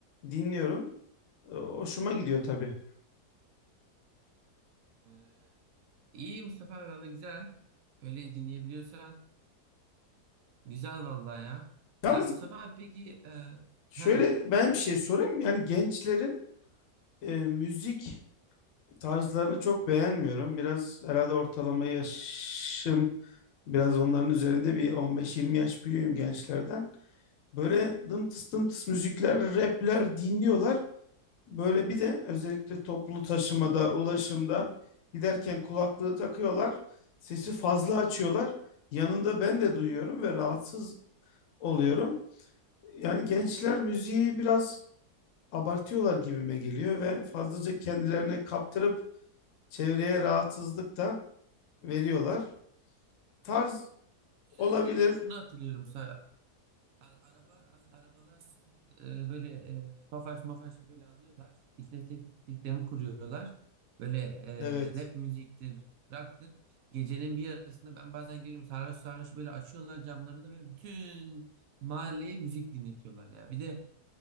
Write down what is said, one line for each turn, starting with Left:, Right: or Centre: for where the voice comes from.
Left: dinliyorum. E, hoşuma gidiyor tabii.
Right: Ee, iyi Mustafa abi valla güzel. Öyle dinleyebiliyorsan. Güzel vallahi ya.
Left: Yalnız
Right: Ya Mustafa abi peki e,
Left: Şöyle
Right: heh,
Left: ben bir şey sorayım. Yani gençlerin e, müzik tarzlarını çok beğenmiyorum. Biraz herhalde ortalama yaşım biraz onların üzerinde bir 15-20 yaş büyüğüm gençlerden. Böyle dımtıs dımtıs müzikler, rapler dinliyorlar. Böyle bir de özellikle toplu taşımada, ulaşımda giderken kulaklığı takıyorlar. Sesi fazla açıyorlar. Yanında ben de duyuyorum ve rahatsız oluyorum. Yani gençler müziği biraz abartıyorlar gibime geliyor ve fazlaca kendilerini kaptırıp çevreye rahatsızlık da veriyorlar. Tarz
Right: Özellikle
Left: olabilir.
Right: ben şunu hatırlıyorum. Sa- Ar- araba hani arabalar e, böyle e, tofaş mafaş böyle alıyorlar. İşte ses sistemi kuruyorlar. Böyle e,
Left: Evet.
Right: rap müziktir, rock'tır. Gecenin bir yarısında ben bazen görüyorum sarhoş sarhoş böyle açıyorlar camları da böyle bütün mahalleye müzik dinletiyorlar ya. Bir de